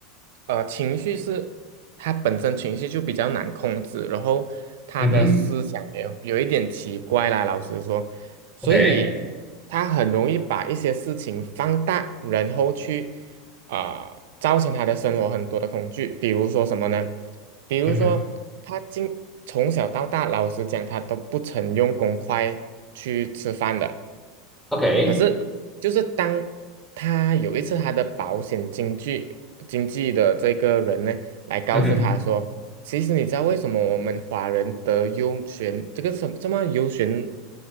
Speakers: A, on the right; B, in the centre.
A: 呃情绪是，他本身情绪就比较难控制，然后他的思想也有一点奇怪啦，
B: 嗯哼
A: 老实说，所以他很容易把一些事情放大，
B: ，OK，
A: 然后去。啊、造成他的生活很多的恐惧，比如说什么呢？比如说他经从小到大，
B: 嗯哼
A: 老实讲，他都不曾用公筷去吃饭的。
B: ，OK，
A: 可是，就是当他有一次他的保险经济经济的这个人呢，来告诉他说，
B: 嗯哼，
A: 其实你知道为什么我们华人得幽旋这个什么什么幽旋